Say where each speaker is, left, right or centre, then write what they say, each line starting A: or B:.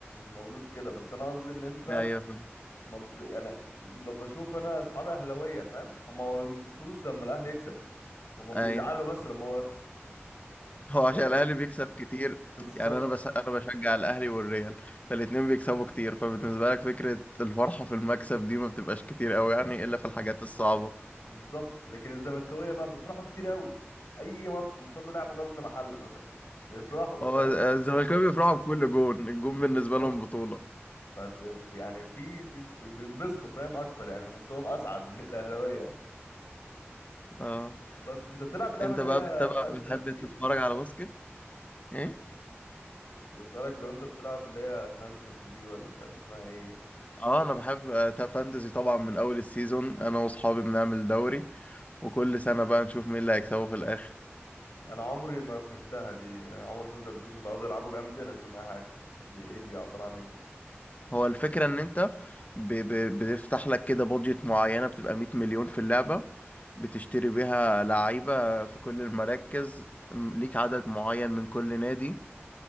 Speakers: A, on the left; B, on the left.
A: مولود كده بس انا قصدي ان انت
B: ايوه فاهم.
A: ما بت... يعني ب- بشوف انا اصحابي اهلاويه فاهم هما ما بينبسطوش لما الاهلي يكسب هما بيزعلوا
B: ايوه
A: بس لما هو يخسر
B: هو عشان
A: هما قاسيين
B: الاهلي بيكسب كتير
A: بالظبط
B: يعني انا بس انا بشجع الاهلي والريال فالاتنين بيكسبوا كتير فبالنسبه لك فكره الفرحه في المكسب دي ما بتبقاش كتير قوي يعني الا في الحاجات الصعبه
A: بالظبط لكن الزملكاويه بقى بيفرحوا كتير قوي اي ماتش ان شاء الله لعبوا غزل محله مثلا بيفرحوا
B: هو
A: فاهم
B: الزمالكاوي بيفرحوا بكل جون الجون
A: بالظبط
B: بالنسبه لهم بطوله
A: فد... يعني في في في- بينبسطوا فاهم اكتر يعني بحسهم اسعد من الاهلاويه يعني
B: اه
A: بس انت بتلعب اللعبه
B: انت
A: اللي
B: بقى
A: هي
B: بتتابع
A: فانتزي
B: بتحب
A: دي
B: تتفرج على باسكت ايه
A: كنت بسألك لو انت بتلعب اللي هي فانتزي دي ولا مش عارف اسمها ايه
B: اه انا بحب آه، فانتزي طبعا من اول السيزون انا واصحابي بنعمل دوري وكل سنه بقى نشوف مين اللي هيكسبه في الاخر
A: انا عمري ما فهمتها دي عمري ما فهمت الابلكيشن بيقعدوا يلعبوا جنبي انا مش فاهم اي حاجه دي ايه دي عباره عن ايه
B: هو الفكرة ان انت ب... ب... بتفتح لك كده بادجت معينة بتبقى 100 مليون في اللعبة بتشتري بيها لعيبة في كل المراكز م- ليك عدد معين من كل نادي